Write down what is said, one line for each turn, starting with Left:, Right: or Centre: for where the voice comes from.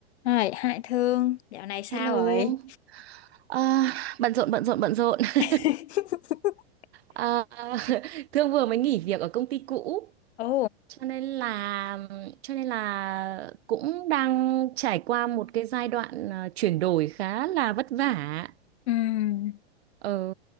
Left: Hai, Hai Thương, dạo này sao
Right: Hello,
Left: rồi?
Right: à, bận rộn bận rộn bận rộn. <laughs>
Left: <laughs>
Right: à, Thương vừa mới nghỉ việc ở công ty cũ,
Left: Ồ,
Right: cho nên là cho nên là cũng đang trải qua một cái giai đoạn à, chuyển đổi khá là vất vả.
Left: ừm,
Right: Ờ,